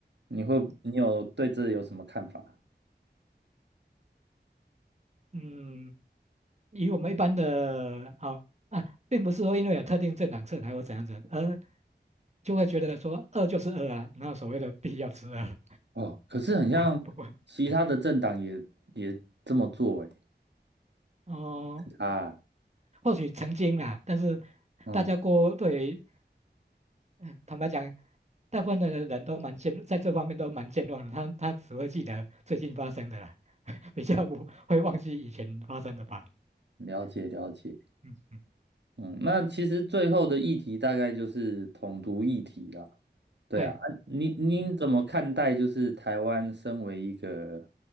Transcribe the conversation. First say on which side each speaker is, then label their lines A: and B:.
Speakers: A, on the right; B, on the right.
A: 你会，你有对这有什么看法？
B: 嗯，以我们一般的，好、啊，并不是说因为有特定政党色彩或怎样子，而就会觉得说饿就是饿啊，哪有所谓的必要吃饿啊、
A: 哦，可是很像其他的政党也也这么做，
B: 哦不过，哎
A: 诶，
B: 哦，
A: 啊，
B: 或许曾经啦，但是
A: 嗯，
B: 大家过对于嗯，坦白讲，大部分的人都蛮健，在这方面都蛮健忘的，他他只会记得最近发生的啦，比较不会忘记以前发生的吧。
A: 了解了解，
B: 嗯嗯，嗯
A: 嗯，那其实最后的议题大概就是统独议题啦，对啊，
B: 对，
A: 啊你你怎么看待就是台湾身为一个
B: 嗯